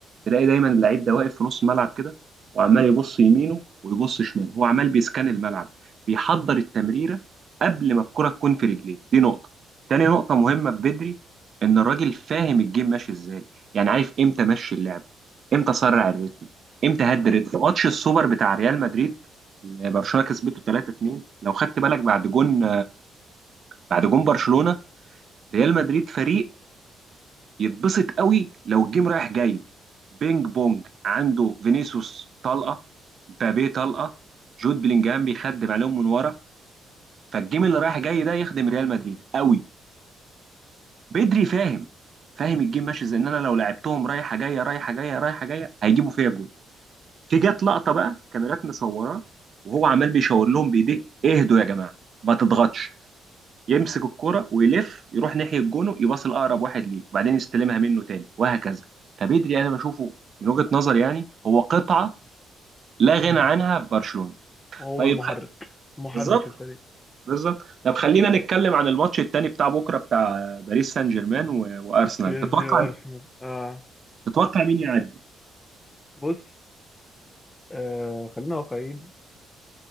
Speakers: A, on the right (about 50°); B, on the left (about 20°).
A: تلاقي دايما اللعيب ده واقف في نص الملعب كده وعمال يبص يمينه ويبص شماله هو عمال بيسكان الملعب بيحضر التمريره قبل ما الكره تكون في رجليه دي نقطه تاني نقطه مهمه في بدري ان الراجل فاهم الجيم ماشي ازاي يعني عارف امتى مشي اللعب امتى سرع الريتم امتى هدي الريتم ماتش السوبر بتاع ريال مدريد اللي برشلونه كسبته 3-2 لو خدت بالك بعد جون بعد جون برشلونه ريال مدريد فريق يتبسط قوي لو الجيم رايح جاي بينج بونج عنده فينيسيوس طلقه مبابي طلقه جود بلينجهام بيخدم عليهم من ورا فالجيم اللي رايح جاي ده يخدم ريال مدريد قوي بدري فاهم فاهم الجيم ماشي ازاي ان انا لو لعبتهم رايحه جايه رايحه جايه رايحه جايه هيجيبوا فيا جون في جت لقطه بقى كاميرات مصوراه وهو عمال بيشاور لهم بايديه اهدوا يا جماعه ما تضغطش يمسك الكرة ويلف يروح ناحية جونه يباص لأقرب واحد ليه وبعدين يستلمها منه تاني وهكذا فبدري أنا بشوفه من وجهة نظري يعني هو قطعة لا غنى
B: مم.
A: عنها في برشلونة
B: وهو
A: طيب
B: المحرك
A: خ...
B: محرك
A: بالظبط
B: الفريق
A: بالظبط طب خلينا نتكلم عن الماتش التاني بتاع بكرة بتاع باريس سان جيرمان و... وأرسنال
B: بي
A: تتوقع
B: اس جي وارسنال اه
A: تتوقع مين يعدي
B: بص آه خلينا واقعيين